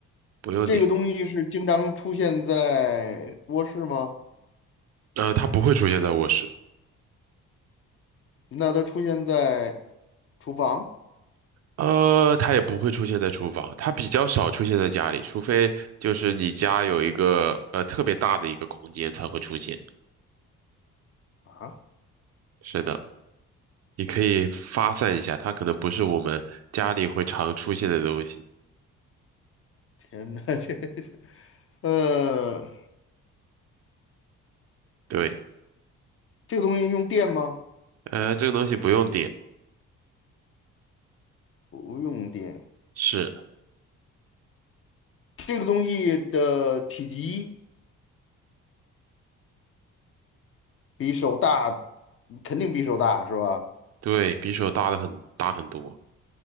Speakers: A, on the right; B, on the left.
A: 不用点，
B: 这个东西是经常出现在卧室吗？
A: 呃，它不会出现在卧室，
B: 那它出现在厨房
A: 呃，它也不会出现在厨房，它比较少出现在家里，除非就是你家有一个呃特别大的一个空间才会出现。
B: 啊？
A: 是的，你可以发散一下，它可能不是我们家里会常出现的东西，
B: 天哪，<laughs> 这是，呃，
A: 对，
B: 这个东西用电吗？
A: 呃，这个东西不用点，
B: 不用电。
A: 是。
B: 这个东西的体积。比手大，肯定比手大是吧？
A: 对，比手大的很大很多，